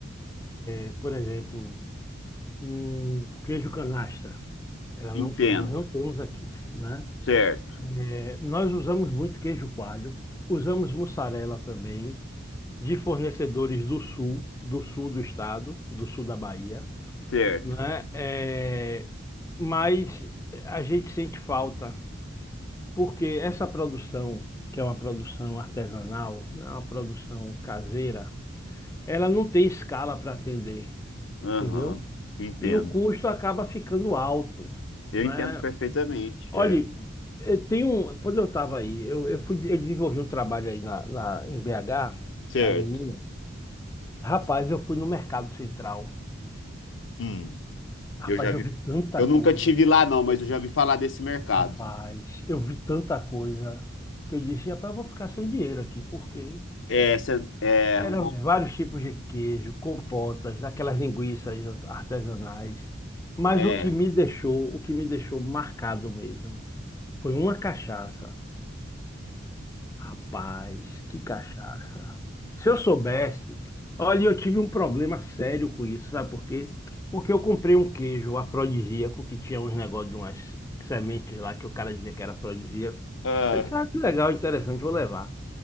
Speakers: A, on the left (about 15°); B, on the left (about 70°).
A: é, por exemplo, um queijo canastra. Ela
B: Entendo.
A: não, nós não temos aqui, né?
B: Certo,
A: É, nós usamos muito queijo coalho, usamos mussarela também. de fornecedores do sul, do sul do estado, do sul da Bahia,
B: certo.
A: né? É, É, mas a gente sente falta, porque essa produção, que é uma produção artesanal, né, uma produção caseira, ela não tem escala para atender,
B: Aham,
A: entendeu?
B: entendo.
A: E o custo acaba ficando alto,
B: Eu
A: né?
B: entendo perfeitamente.
A: Olhe,
B: É,
A: eu tenho, quando eu estava aí, eu, eu fui, eu desenvolvi um trabalho aí na, na- em BH,
B: certo.
A: aí em Minas. Rapaz, eu fui no Mercado Central
B: Hum,
A: Rapaz,
B: eu já vi.
A: eu vi tanta
B: Eu
A: coisa.
B: nunca tive lá, não, mas eu já vi falar desse mercado.
A: Rapaz, eu vi tanta coisa que eu disse, rapaz, eu vou ficar sem dinheiro aqui, porque
B: É, cê- é
A: eram
B: uma.
A: vários tipos de queijo, compotas, aquelas linguiças artesanais. Mas
B: É.
A: o que me deixou, o que me deixou marcado mesmo, foi uma cachaça. Rapaz, que cachaça. Se eu soubesse, olha, eu tive um problema sério com isso, sabe por quê? Porque eu comprei um queijo afrodisíaco que tinha uns negócios de umas sementes lá que o cara dizia que era afrodisíaco.
B: Ah,
A: Eu disse, ah, que legal, interessante, vou levar,